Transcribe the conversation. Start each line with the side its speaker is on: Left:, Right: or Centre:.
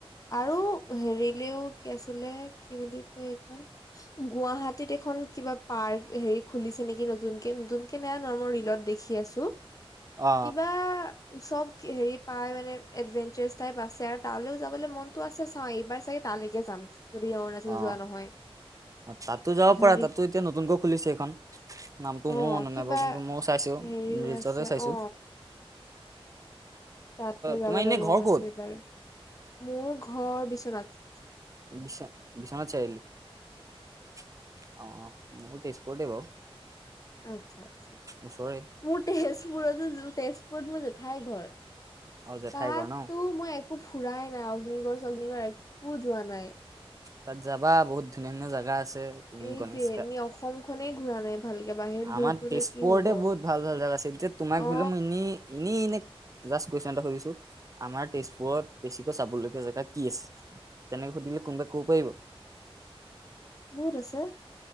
Left: আৰু হেৰিলেও কি আছিলে? কি বুলি কয়, এইখন গুৱাহাটীত এখন কিবা পাৰ্ক হেৰি খুলিছে নেকি নতুনকে? নতুনকে নে, ন মই ৰিলত দেখি আছোঁ,
Right: অ
Left: কিবা চব হেৰি। পাই মানে এডভেঞ্চাৰ টাইপ আছে, আৰু তালৈও যাবলৈ মনটো আছে। চাওঁ, এইবাৰ চাগে তালৈকে যাম। যদি অৰুণাচল
Right: অ',
Left: যোৱা নহয়
Right: অ', তাতো যাব
Left: এইখন
Right: পৰা। তাতো এতিয়া নতুনকৈ খুলিছে এইখন। নামটো
Left: অ
Right: মোৰ মন
Left: কিবা
Right: নাই, বাৰু কিন্তু ময়ো চাইছোঁ,
Left: হেৰিও
Right: ৰিলচতে
Left: আছে
Right: চাইছোঁ।
Left: অ তাতে যাবলৈ
Right: তোমাৰ এনে
Left: মন
Right: ঘৰ ক'ত
Left: আছে বাৰু মোৰ ঘৰ বিশ্বনাথ।
Right: বিছ বিশ্বনাথ চাৰিআলি? অ', অ', মোৰ তেজপুৰতে বাৰু।
Left: আচ্ছা, আচ্ছা,
Right: ওচৰে
Left: মোৰ তেজপুৰতো, তেজপুৰত মই জেথাইৰ ঘৰ।
Right: অ জেঠাই
Left: তাততো
Right: ঘৰ ন
Left: মই একো ফুৰাই নাই অগ্নিগড়- সগ্নিগড় এক <unintelligible> কো যোৱা নাই।
Right: তাত যাবা বহুত ধুনীয়া-ধুনীয়া জাগা আছে তুমি
Left: এইটোৱে,
Right: গণেশ ঘাট
Left: এনেই অসম খনে ঘূৰা নাই। ভালকে বাহিৰত ঘূৰি
Right: আমাৰ
Left: ফুৰিলে
Right: তেজপুৰতে
Left: কি হব
Right: বহুত ভাল ভাল জেগা আছিল, এতিয়া তোমাক
Left: অ
Right: ধৰি লও, মই ইনে ইনে জাষ্ট কুৱেশ্যন এটা সুধিছো, আমাৰ তেজপুৰত বেছিকৈ চাবলগীয়া জেগা কি আছে? তেনেকৈ সুধিলে কোনোবাই ক'ব পাৰিব?
Left: বহুত আছে।